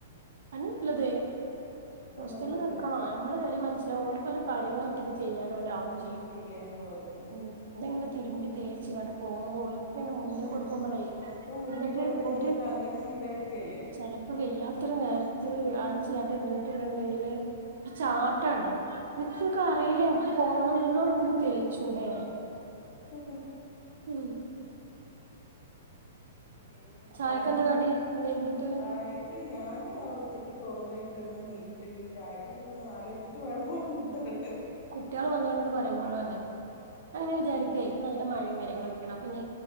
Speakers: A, on the right; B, on the left.
A: അന്നെനല്ലത്
B: ആഹ് അതാ
A: ഹോസ്റ്റല്ല്
B: നല്ലത്
A: നിക്കണം നമ്മളോരു വെലൊം മനസ്സിലവും ഓല്ക്കൊലെ കാര്യങ്ങളേറ്റ ചെയ്യാനോലാവും
B: ആഹ്
A: ചെയ്യും
B: ചെയ്യാനോ അതന്നെ
A: ഉം ഇതിങ്ങനെ തിരുമ്പി തേച്ച് ആട്ട്പോവുമ്പോ
B: ആഹ്
A: ഒരിക്കെന്നെ <unintelligible> കൊടുക്കുമ്പോളേ
B: ഒക്കെ മുന്നി
A: എന്നിട്ട്
B: കൊണ്ടച്ച്
A: ഒരു
B: കൊടുത്ത് അങ്ങനെ ശീലായിക്കല്ലേ
A: ചെലപ്പോ വെയാത്തോരു നൊ രത്ത് അയണ് ച്ചെയാത്തിരിന്നിട്ട്ണ്ടെങ്കില് ഒരു
B: ഉം
A: ചാട്ടാണ്
B: ഉം
A: നി <inaudible>
B: ആഹ്
A: ക്കറിയിലെ ഇന്ക്ക് പോണംന്ന് എന്നപിന്നൊന്ന് തേച്ചു ചൂടെറിയും
B: ആഹ്
A: ഉം
B: പിന്നെ
A: ചായക്കെന്താ
B: വേറെന്താ
A: കടി വൈകീട്ട്
B: ചായക്ക് ഞാൻ ആ ഉച്ചയ്ക്ക് ചോറിന്ന് പോയി കിടന്ന് നീറ്റിട്ടില്ല ഇനി ചായൊക്കെന്താന്ന് ആലോചിച്ചിട്ട് വേണം എന്താണ്
A: കുട്ട്യേൾ വന്ന് കണ്ട് പറയുമ്പോളാണ്
B: ആഹ്
A: ഞാനിങ്ങനെ
B: അതന്നെ
A: വിചാരിക്കെ ഇന്ന്ന മഴയും കാര്യങ്ങളൊക്കെയാണ് അപ്പോനി